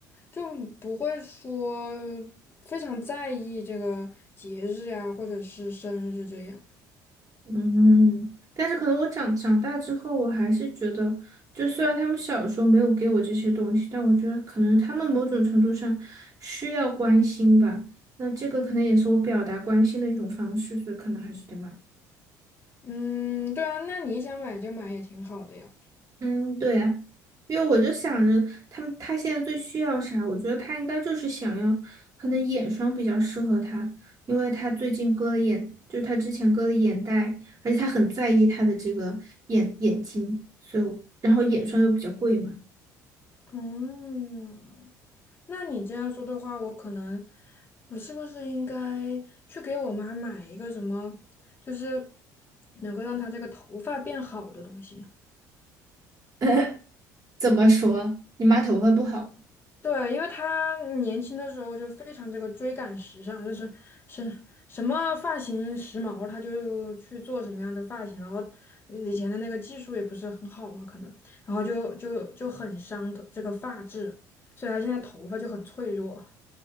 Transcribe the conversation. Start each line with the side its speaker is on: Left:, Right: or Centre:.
Left: 就不会说非常在意这个节日呀，或者是生日这样。
Right: <laughs> 嗯，但是可能我长长大之后，我还是觉得，就虽然他们小时候没有给我这些东西，但我觉得可能他们某种程度上需要关心吧。那这个可能也是我表达关心的一种方式，所以可能还是得买。
Left: 嗯，对啊，那你想买就买也挺好的呀。
Right: 嗯，对呀，因为我就想着他们，他现在最需要啥？我觉得他应该就是想要，可能眼霜比较适合他，因为他最近割了眼，就是他之前割了眼袋，而且他很在意他的这个眼眼睛，所以我然后眼霜又比较贵嘛。
Left: 嗯，那你这样说的话，我可能我是不是应该去给我妈买一个什么，就是能够让她这个头发变好的东西呢？
Right: <laughs> 怎么说？你妈头发不好？
Left: 对，因为他年轻的时候就非常这个追赶时尚，就是是什么发型时髦，他就去做什么样的发型，然后呃以前的那个技术也不是很好嘛，可能，然后就就就很伤头这个发质，所以他现在头发就很脆弱。